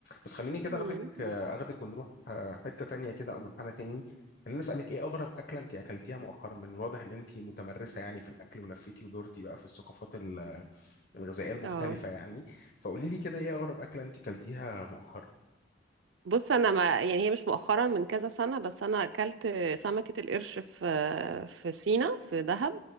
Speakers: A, on the left (about 50°); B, on the right (about 85°).
A: بس خليني كده
B: مم.
A: أخدك أخدك ونروح آه، حتة تانية كده أو منحنى تاني خليني أسألك إيه أغرب أكلة أنت أكلتيها مؤخرا من الواضح إن أنت متمرسة يعني في الأكل ولفيتي ودورتي بقى في الثقافات ال- الغذائية المختلفة
B: اه
A: يعني فقولي لي كده إيه أغرب أكلة أنت أكلتيها مؤخرا
B: بص انا ما يعني هي مش مؤخرا من كذا سنه بس انا اكلت سمكه القرش في في سينا في دهب